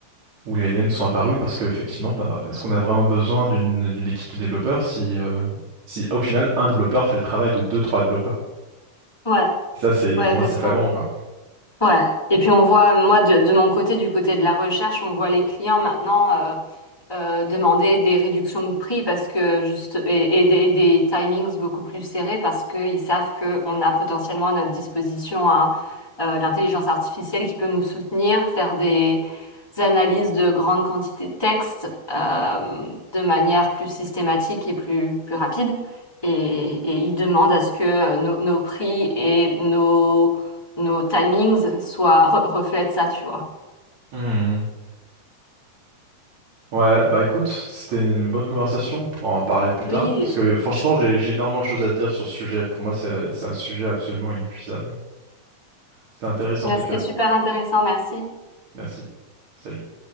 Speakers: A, on the right; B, in the centre.
A: où les LLM sont apparus, parce qu'effectivement, bah, est-ce qu'on a vraiment besoin d'une d'une équipe de développeurs si, euh, si au final, un développeur fait le travail de deux, trois développeurs?
B: Ouais.
A: Ça, c'est,
B: Ouais,
A: pour moi,
B: exactement.
A: c'est flagrant, quoi.
B: Ouais. Et puis on voit, moi, de, de mon côté, du côté de la recherche, on voit les clients maintenant. euh, euh, demander des réductions de prix parce que juste et, et des, et des timings beaucoup plus serrés parce qu'ils savent qu'on a potentiellement à notre disposition hein, euh, l'intelligence artificielle qui peut nous soutenir, faire des analyses de grandes quantités de textes euh, de manière plus systématique et plus, plus rapide. Et, et ils demandent à ce que euh, nos, nos prix et nos, nos timings soient re- reflètent ça, tu vois.
A: Hmm. Ouais, bah écoute, c'était une bonne conversation, on pourra en parler plus
B: Oui,
A: tard, parce que euh, franchement, j'ai j'ai énormément de choses à dire sur ce sujet. Pour moi, c'est c'est un sujet absolument inépuisable. C'était intéressant
B: là,
A: en tout
B: c'était
A: cas.
B: super intéressant, merci.
A: Merci. Salut.